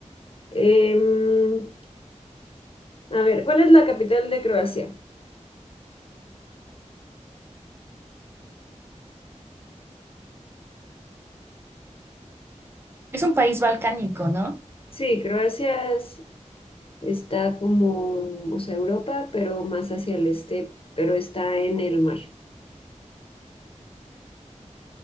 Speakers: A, on the left; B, on the right.
A: Em, A ver, ¿cuál es la capital de Croacia?
B: Es un país balcánico, ¿no?
A: Sí, Croacia es- está como, o sea, Europa, pero más hacia el este, pero está en el mar.